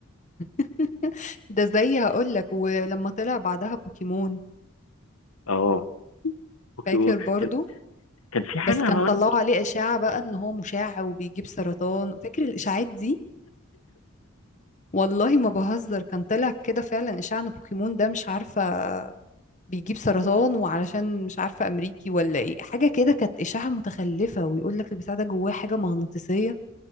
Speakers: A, on the left; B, on the left.
A: <laughs> ده زي هقول لك ولما طلع بعدها بوكيمون
B: اه اوكي
A: فاكر برضو
B: كان كان في حاجه
A: بس كان
B: برضه
A: طلعوا عليه اشاعة بقى ان هو مشع وبيجيب سرطان فاكر الاشاعات دي والله ما بهزر كان طلع كده فعلا اشاعة ان بوكيمون ده مش عارفة بيجيب سرطان وعلشان مش عارفة امريكي ولا ايه حاجة كده كانت اشاعة متخلفة ويقول لك البتاع ده جواه حاجة مغناطيسية